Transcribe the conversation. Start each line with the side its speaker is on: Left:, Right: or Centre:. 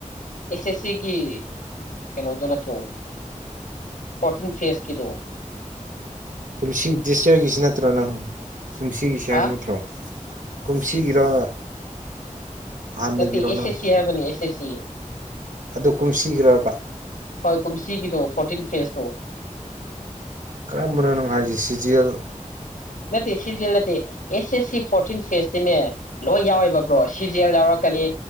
Left: ꯑꯦꯁ ꯑꯦꯁ ꯁꯤꯒꯤ ꯀꯩꯅꯣꯗꯣ ꯅꯠꯇ꯭ꯔꯣ ꯐꯣꯔꯇꯤꯟ ꯐꯦꯁꯀꯤꯗꯣ
Right: ꯀꯁꯤꯤ ꯎꯁ ꯀꯁꯤ ꯅꯠꯇ꯭ꯔꯣꯅ ꯀꯨꯝꯁꯤꯒꯤꯁ
Left: ꯍꯥ
Right: ꯍꯥꯏꯕ ꯅꯠꯇ꯭ꯔꯣ ꯀꯨꯝꯁꯤꯒꯤꯔꯣ ꯍꯥꯟꯅꯒꯤꯔꯣ
Left: ꯅꯇꯩ ꯑꯦꯁ ꯑꯦꯁ ꯁꯤ ꯍꯥꯏꯕꯅꯤ ꯑꯦꯁ ꯑꯦ ꯁꯤ
Right: ꯑꯗꯨ ꯀꯨꯝꯁꯤꯈ꯭ꯔꯕ
Left: ꯍꯣꯏ ꯀꯨꯝꯁꯤꯒꯤꯗꯣ ꯐꯣꯔꯇꯤꯟ ꯐꯦꯁꯇꯣ
Right: ꯀꯔꯝꯕꯅꯣꯅꯪ ꯍꯥꯏꯁꯤ ꯁꯤꯖꯤꯦꯜ
Left: ꯅ ꯁꯤꯖꯤ ꯅ ꯑꯦꯁ ꯑꯦꯁ ꯐ ꯐꯇꯤꯟ ꯐꯦꯁꯇꯤꯅꯦ ꯂꯣꯏ ꯌꯥꯎꯋꯦꯕ꯭ꯔꯣ ꯁꯤ ꯖꯤ ꯑꯦꯜ ꯌꯥꯎꯔꯛꯀꯅꯤ